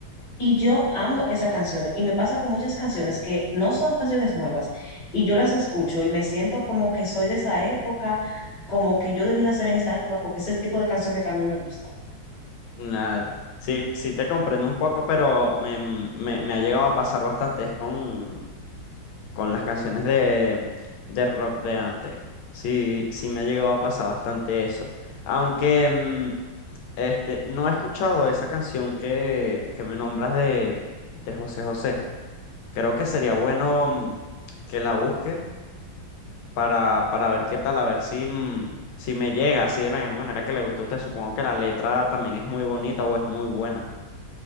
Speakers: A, on the left (about 25°); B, on the left (about 80°).
A: y yo amo esas canciones y me pasa con muchas canciones que no son canciones nuevas y yo las escucho y me siento como que soy de esa época, como que yo debí nacer en esa época porque es el tipo de canciones que a mí me gusta.
B: Nada, te- sí, sí te comprendo un poco, pero me, mm, me, me ha llegado a pasar bastante es con, con las canciones de, de rock de antes. Sí, sí me ha llegado a pasar bastante eso. Aunque mm, este, no he escuchado esa canción que, que me nombras de, de José José. Creo que sería bueno mm, que la busques para, para ver qué tal, a ver si, mm, si me llega así de la misma manera que le gustó a usted. Supongo que la letra también es muy bonita o es muy buena.